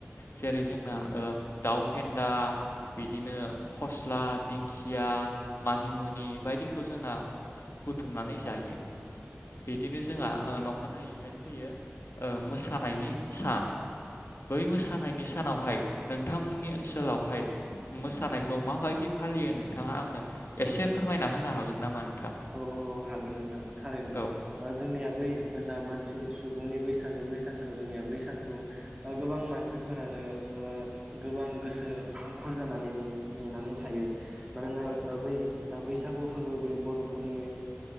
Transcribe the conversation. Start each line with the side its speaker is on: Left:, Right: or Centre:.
Left: ज जों
Right: नंगौ
Left: आदा
Right: नंगौ
Left: बिदिनो फस्ला दिंखिया मानिमुनि बायदिखौ जोंना बुथुमनानै जायो बिदिनो जोंहा
Right: औ औ
Left: नखानायैहाय फैयो मोसानायनि सान बै मोसानायनि सानावहाय नोंथांमोननि ओनसोलावहाय मोसानायखौ माबायदि फालियो नोंथाङा आंनो एसे फोरमायना होनो हागोन नामा नोंथां
Right: औ औ हागोन नोंथां थारैनो
Left: औ
Right: जोंनिया बै जा मानसि सुबुंनि बैसागो बै सानखौ जोंनिया बै सानखौ गोबां म मानसिफोरानो गोबां गोसो हांखुर जानानै नेनानै थायो मानोना
Left: औ
Right: बै जा बैसागु फोरबो बे बर'फोरनि